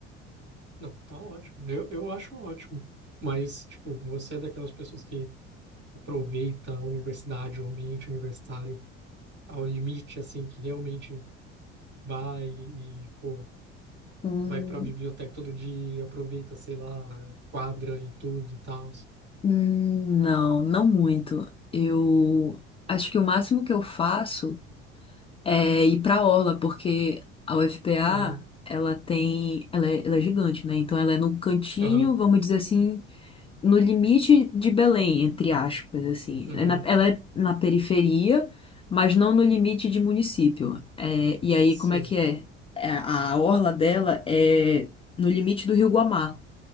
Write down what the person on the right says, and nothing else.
Não, tá ótimo. Eu, eu acho ótimo. Mas, tipo, você é daquelas pessoas que aproveita a universidade, o ambiente universitário ao limite, assim, que realmente vai e, pô,
vai pra biblioteca todo dia, aproveita, sei lá, quadra e tudo e tal.
Uhum,
aham,
uhum,
sim.